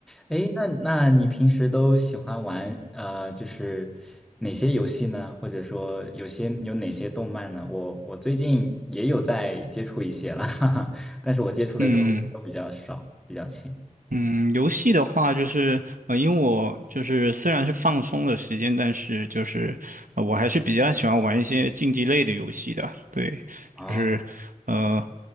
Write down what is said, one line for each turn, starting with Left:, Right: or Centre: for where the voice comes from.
Centre: 哎，那那你平时都喜欢玩呃，就是哪些游戏呢？或者说有些有哪些动漫呢？我我最近也有在接触一些了，<laughs> 哈哈，但是我接触的都都比较少，
Right: 嗯
Centre: 比较浅。
Right: 嗯，游戏的话就是，呃，因为我就是虽然是放松的时间，但是就是，呃，我还是比较喜欢玩一些竞技类的游戏的。对，
Centre: 哦，
Right: 就是，呃，